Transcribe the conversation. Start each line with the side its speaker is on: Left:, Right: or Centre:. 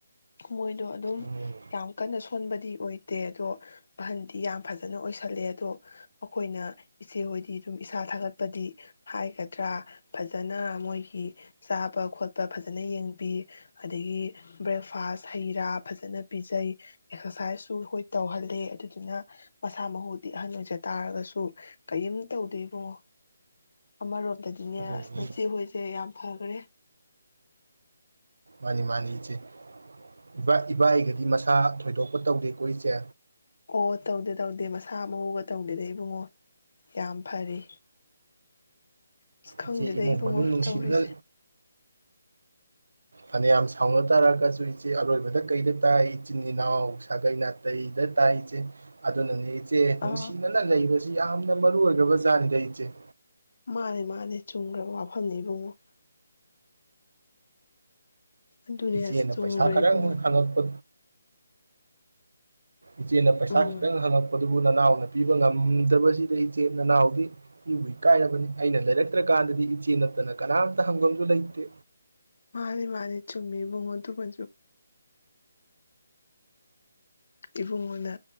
Left: ꯃꯣꯏꯗꯣ ꯑꯗꯨꯝ
Right: ꯎꯝ
Left: ꯌꯥꯝ ꯀꯟꯅ ꯁꯣꯟꯕꯗꯤ ꯑꯣꯏꯗꯦ ꯑꯗꯣ ꯑꯍꯟꯗꯤ ꯌꯥꯝ ꯐꯖꯅ ꯑꯣꯏꯁꯜꯂꯦ ꯑꯗꯣ ꯑꯩꯈꯣꯏꯅ ꯏꯆꯦꯍꯣꯏꯗꯤ ꯑꯗꯨꯝ ꯏꯁꯥ ꯊꯥꯒꯠꯄꯗꯤ ꯍꯥꯏꯒꯗ꯭ꯔꯥ ꯐꯖꯅ ꯃꯣꯏꯒꯤ ꯆꯥꯕ ꯈꯣꯠꯄ ꯐꯖꯅ ꯌꯦꯡꯕꯤ ꯑꯗꯒꯤ ꯕ꯭ꯔꯦꯛ ꯐ ꯐꯥꯁ ꯍꯩ ꯔꯥ ꯐꯖꯟꯅ ꯄꯤꯖꯩ, ꯑꯦꯛꯁꯔꯁꯥꯏꯖꯁꯨ ꯍꯣꯏ ꯇꯧꯍꯜꯂꯦ ꯑꯗꯨꯗꯨꯅ ꯃꯁꯥ ꯃꯍꯨꯗꯤ ꯑꯍꯜ ꯑꯣꯏꯖ ꯇꯥꯔꯒꯁꯨ ꯀꯏꯝ ꯇꯧꯗꯦ ꯏꯕꯨꯡꯉꯣ꯫ ꯑꯃꯔꯣꯝꯗꯗꯤꯅꯦ
Right: ꯑꯗꯨꯅꯅꯤ
Left: ꯑꯁ ꯅꯆꯦ ꯍꯣꯏꯖꯦ ꯌꯥꯝ ꯐꯥꯒꯔꯦ꯫
Right: ꯃꯥꯅꯤ ꯃꯥꯅꯤ ꯏꯆꯦ ꯏꯕꯥ ꯏꯕꯥꯏꯒꯗꯤ ꯃꯁꯥ ꯊꯣꯏꯗꯣꯛꯄ ꯇꯧꯗꯦꯀꯣ ꯏꯆꯦ?
Left: ꯑꯣ ꯇꯧꯗꯦ ꯇꯧꯗꯦ ꯃꯁꯥ ꯃꯎꯨꯒꯥ ꯇꯧꯗꯦꯗꯥ ꯏꯕꯨꯡꯉꯣ ꯌꯥꯝ ꯐꯔꯤ꯫ ꯑꯁ ꯈꯪꯗꯦꯗ
Right: ꯏꯆꯦ ꯏꯃꯨꯡ
Left: ꯏꯕꯨꯡꯉꯣ
Right: ꯃꯅꯨꯡ ꯅꯨꯡꯁꯤꯅꯅꯥ
Left: ꯇꯧꯔꯤꯁꯦ
Right: ꯐꯅꯌꯥꯝ ꯁꯥꯎꯅ ꯇꯥꯔꯒꯁꯨ ꯏꯆꯦ ꯑꯔꯣꯏꯕꯗ ꯀꯩꯗ ꯇꯥꯏ ꯏꯆꯤꯟ ꯏꯅꯥꯎ ꯁꯥꯒꯩ ꯅꯥꯇꯩꯗ ꯇꯥꯏ ꯏꯆꯦ ꯑꯗꯨꯅꯅꯤ ꯏꯆ ꯆꯦ ꯅꯨꯡꯁꯤꯅꯅꯥ
Left: ꯑꯥ
Right: ꯂꯩꯕ ꯖꯤ ꯌꯥꯝꯅ ꯃꯔꯨ ꯑꯣꯏꯒ꯭ꯔꯕ ꯖꯠꯅꯤꯗ ꯏꯆꯦ
Left: ꯃꯟꯅꯦ ꯃꯟꯅꯦ ꯆꯨꯝꯒ꯭ꯔꯕ ꯋꯥꯐꯝꯅꯤ ꯏꯕꯨꯡꯉꯣ꯫ ꯑꯗꯨꯅꯦ
Right: ꯏꯆꯦꯅ
Left: ꯑꯁ ꯆꯨꯝꯈ꯭ꯔꯦ
Right: ꯄꯩꯁꯥ ꯈꯔ
Left: ꯏꯕꯨꯡꯉꯣ
Right: ꯎꯪ ꯐꯪꯉꯛꯄ ꯏꯆꯦꯅ ꯄꯩꯁꯥ
Left: ꯎꯝ
Right: ꯈꯤꯇꯪ ꯍꯪꯉꯛꯄ ꯗꯨꯕꯨ ꯅꯅꯥꯎꯅ ꯄꯤꯕ ꯉꯝꯗꯕꯁꯤꯗ ꯏꯆꯦ ꯅꯅꯥꯎꯗꯤ ꯏꯕꯨ ꯏꯀꯥꯏꯔꯕꯅꯤ, ꯑꯩꯅ ꯂꯩꯔꯛꯇ꯭ꯔ ꯀꯥꯟꯗꯗꯤ ꯏꯆꯦ ꯅꯠꯇꯅ ꯀꯅꯥꯝꯇ ꯍꯪꯕꯝꯖꯨ ꯂꯩꯇꯦ꯫
Left: ꯃꯥꯅꯤ ꯃꯥꯅꯤ ꯆꯨꯝꯃꯤ ꯃꯉꯣꯟ ꯇꯨꯕꯟꯆꯨ ꯏꯕꯨꯡꯉꯣꯅ